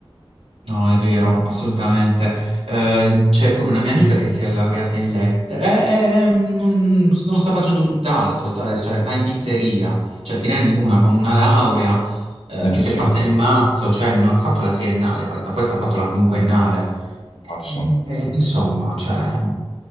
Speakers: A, on the right; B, on the left.
A: no, è vero, assolutamente. Eh, c'è pure una mia amica che si è laureata in lettere e, e- e non, non sta facendo tutt'altro, sta, cioè, sta in pizzeria, cioè ti rendi una con una laurea eh,
B: Eh
A: che
B: sì,
A: si è fatta il mazzo, cioè non ha fatto la triennale questa, questa ha fatto la quinquennale.
B: pazzo.
A: Eh, Insomma, cioè,